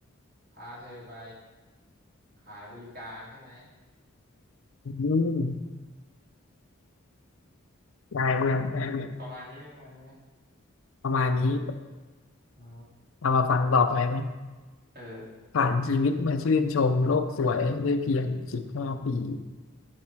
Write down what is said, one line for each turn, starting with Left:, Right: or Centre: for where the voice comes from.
Right: พาเธอไปขายบริการใช่ไหม
Left: อืมได้เรื่องได้เรื่อง
Right: ประมาณนี้ไหมประมาณนี้ไหม
Left: ประมาณนี้
Right: อ๋อ
Left: เอามาฟังต่อไปไหม
Right: เออ
Left: ผ่านชีวิตมาชื่นชมโลกสวยได้เพียงสิบห้าปี